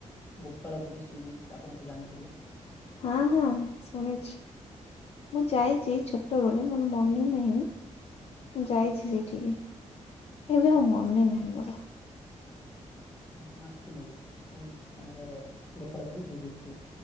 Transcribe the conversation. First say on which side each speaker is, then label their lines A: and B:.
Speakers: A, on the left (about 15°); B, on the left (about 50°).
A: ଗୋପାଳପୁରୁ ସି ବିଚି ଆପଣ ତ ଜାଣିଥିବେ।
B: ହଁ ହଁ ଶୁଣିଛି। ମୁଁ ଯାଇଚି ଛୋଟବେଳେ ମୋର ମନେ ନାହିଁ। ମୁଁ ଯାଇଛି ସେଇଠିକି। ଏବେ ଆଉ ମନେ ନାହିଁ ମୋର।
A: ଆପଣ ଆସିଥିଲେ କି? କୋଉ ଆମର। ଗୋପାଳପୁ ସି ବିଚି କୁ?